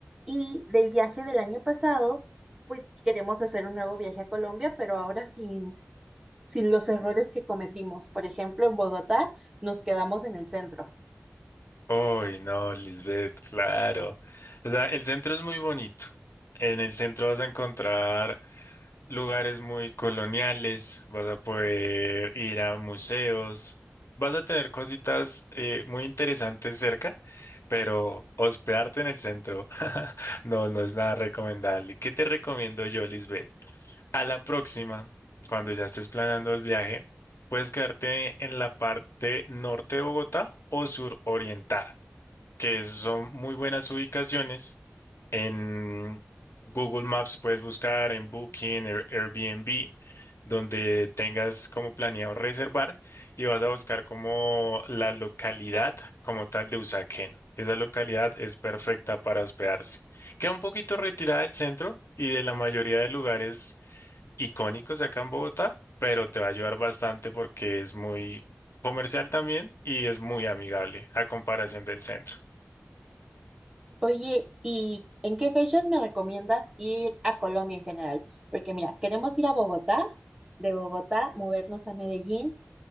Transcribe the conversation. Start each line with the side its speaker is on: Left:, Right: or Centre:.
Right: Y del viaje del año pasado, pues queremos hacer un nuevo viaje a Colombia, pero ahora sin, sin los errores que cometimos. Por ejemplo, en Bogotá nos quedamos en el centro.
Left: Uy, no, Lisbeth, claro. O sea, el centro es muy bonito. En el centro vas a encontrar lugares muy coloniales, vas a poder ir a museos, vas a tener cositas eh, muy interesantes cerca, pero hospedarte en el centro <laughs> no, no es nada recomendable. ¿Qué te recomiendo yo, Lisbeth? A la próxima, cuando ya estés planeando el viaje, puedes quedarte en la parte norte de Bogotá o suroriental que son muy buenas ubicaciones. En Google Maps puedes buscar en Booking, Air- Airbnb, donde tengas como planeado reservar y vas a buscar como la localidad como tal de Usaquén. Esa localidad es perfecta para hospedarse. Queda un poquito retirada del centro y de la mayoría de lugares icónicos acá en Bogotá, pero te va a ayudar bastante porque es muy comercial también y es muy amigable a comparación del centro.
Right: Oye, ¿y en qué fechas me recomiendas ir a Colombia en general? Porque mira, queremos ir a Bogotá, de Bogotá movernos a Medellín,